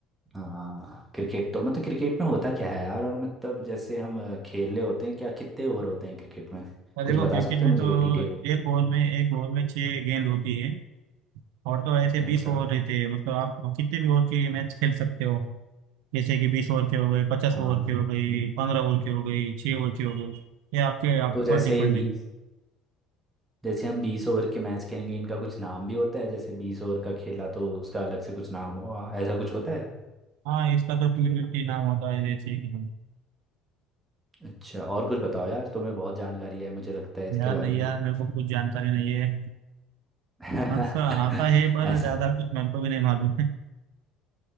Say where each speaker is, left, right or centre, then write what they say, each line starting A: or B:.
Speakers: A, on the right; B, on the right.
A: हाँ क्रिकेट तो मतलब क्रिकेट में होता क्या है यार और मतलब जैसे हम अ, खेल रहे होते हैं क्या कितने ओवर होते हैं क्रिकेट में
B: और
A: कुछ
B: देखो
A: बता
B: क्रिकेट
A: सकते
B: में
A: हो मुझे
B: तो
A: डिटेल में
B: एक ओवर में एक ओवर में छह गेंद होती है और तो ऐसे
A: अच्छा
B: बीस ओवर रहते हैं मतलब आप कितने भी ओवर के मैच खेल सकते हो जैसे कि बीस ओवर के हो गए पचास
A: हाँ
B: ओवर के हो गई पंद्रह ओवर के हो गई छह ओवर के हो गए ये आपके आप
A: तो जैसे
B: पर डिपेंड
A: ये बीस
B: है
A: जैसे हम बीस ओवर के मैच खेलेंगे इनका कुछ नाम भी होता है जैसे बीस ओवर का खेला तो उसका अलग से कुछ नाम हुआ ऐसा कुछ होता है
B: हाँ इसका तो टी ट्वेंटी नाम होता है जैसे कि
A: अच्छा और कुछ बताओ यार तुम्हें बहुत जानकारी है मुझे लगता है इसके
B: यार
A: बारे
B: नहीं
A: में
B: यार मेरे को कुछ जानकारी नहीं है
A: <laughs>
B: अच्छा आता है पर
A: ऐसा
B: ज्यादा कुछ मेरे को भी नहीं मालूम <laughs> है